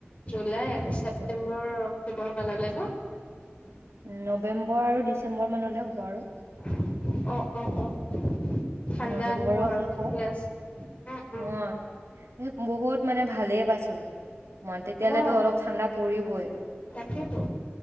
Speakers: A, on the left; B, on the right.
A: July, August, September
B: June,
A: <unintelligible> ন।
B: নৱেম্বৰ আৰু ডিচেম্বৰ মানলৈ হ'ব আৰু।
A: অ', অ', অ'। ঠাণ্ডা
B: নৱেম্বৰৰ
A: আহিব আৰু
B: শেষত।
A: ঠিকে আছে উম উম
B: অ', বহুত মানে ভালেই পাইছো। টো মন তেতিয়ালে
A: অ
B: অলপ ঠাণ্ডা পৰিবই
A: তাকেতো